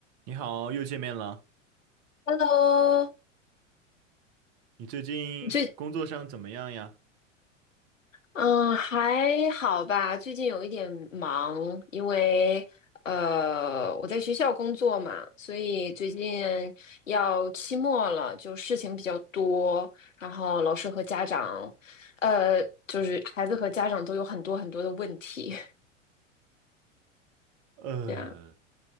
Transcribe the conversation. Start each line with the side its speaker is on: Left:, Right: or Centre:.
Right: 你好，又见面了。
Left: Hello，
Right: 你最近工作上怎么样呀？
Left: 最嗯还好吧，最近有一点忙，因为呃我在学校工作嘛，所以最近要期末了，就事情比较多，然后老师和家长，呃就是孩子和家长都有很多很多的问题，
Right: 呃，
Left: <laughs> 这样